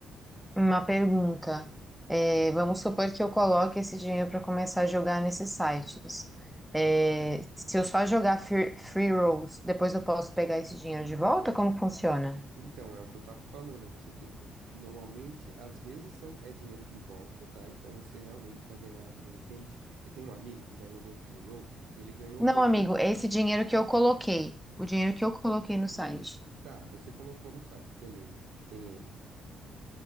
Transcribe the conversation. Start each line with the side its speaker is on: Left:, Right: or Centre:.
Centre: Uma pergunta. É, vamos supor que eu coloque esse dinheiro para começar a jogar nesses sites. É, se eu só jogar free, free rolls, depois eu posso pegar esse dinheiro de volta? Como funciona?
Right: Então, é o que eu tava falando. Você tem que, normalmente, às vezes são, é dinheiro de volta, tá? Então você realmente vai ganhar ali de repente. Eu tenho um amigo que já jogou um free roll e ele ganhou
Centre: Não,
Right: 80.
Centre: amigo, é esse dinheiro que eu coloquei, o dinheiro que eu coloquei no site.
Right: Tá, você colocou no site, beleza. O que que tem ele?